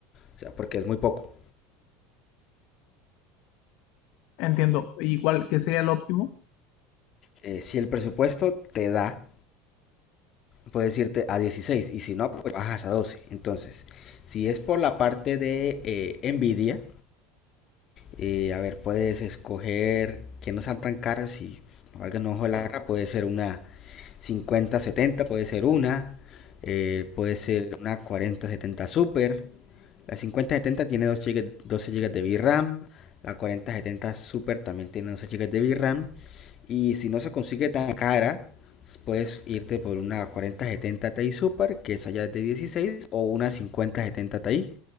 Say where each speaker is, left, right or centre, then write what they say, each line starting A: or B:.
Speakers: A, on the left; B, on the left.
A: O sea, porque es muy poco.
B: Entiendo. ¿Y cuál qué sería el óptimo?
A: eh, si el presupuesto te da, puedes irte a 16, y si no, pues bajas a 12. Entonces, si es por la parte de eh, Nvidia, eh, a ver, puedes escoger que no sean tan caras y valgan un ojo de la cara. Puede ser una cincuenta setenta puede ser una. eh, puede ser una cuarenta setenta Super. La cincuenta setenta tiene 2 gigas 12 GB de VRAM. La cuarenta setenta Super también tiene 12 gigas de VRAM. Y si no se consigue tan cara, puedes irte por una cuarenta setenta Ti Super, que esa ya es de dieciséis o una cincuenta setenta Ti,